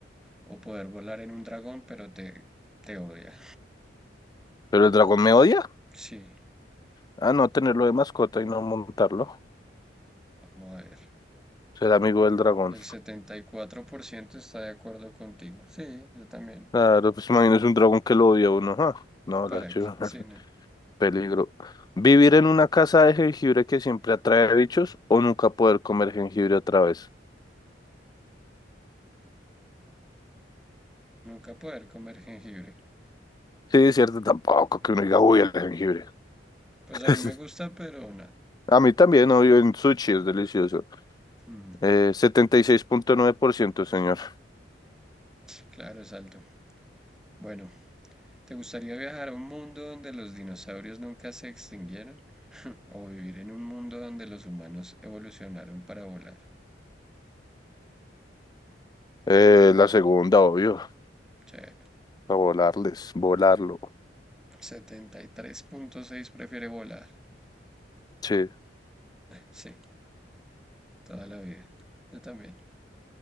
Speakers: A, in the centre; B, on the left.
A: ¿O poder volar en un dragón pero te, te odia?
B: ¿Pero el dragón me odia?
A: Sí,
B: Ah, no, tenerlo de mascota y no montarlo.
A: vamos a ver.
B: Ser amigo del dragón.
A: El 74% está de acuerdo contigo. Sí, yo también.
B: Claro, pues imagínese un dragón que lo odia a uno. ah, No,
A: ¿Para
B: la chuva.
A: qué?
B: <laughs>
A: Sí, no.
B: Peligro. Vivir en una casa de jengibre que siempre atrae bichos o nunca poder comer jengibre otra vez.
A: Nunca poder comer jengibre.
B: Sí, es cierto, tampoco que uno diga, uy, el jengibre.
A: Pues
B: <laughs>
A: a mí me gusta, pero nada.
B: A mí también, obvio, en sushi es delicioso.
A: Mm,
B: Eh, setenta y seis punto nueve por ciento, señor.
A: claro, es alto. Bueno, ¿Te gustaría viajar a un mundo donde los dinosaurios nunca se extinguieron? <laughs> ¿O vivir en un mundo donde los humanos evolucionaron para volar?
B: Eh, la segunda, obvio.
A: Che,
B: A volarles, volarlo.
A: 73.6 prefiere volar.
B: Sí,
A: Sí, toda la vida. Yo también.